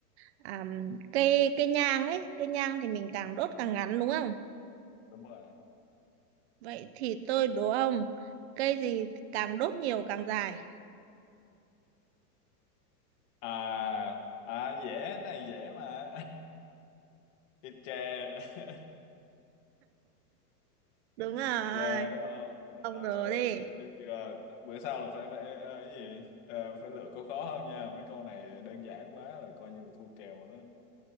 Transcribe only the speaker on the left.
đúng rồi
à à dễ này dễ mà <laughs> cái tre <laughs>
cái tre đúng không
rồi
thấy chưa bữa sau là phải phải ờ, cái gì Ờ, phải lựa câu khó hơn nha mấy câu này đơn giản quá rồi coi như là thua kèo rồi đó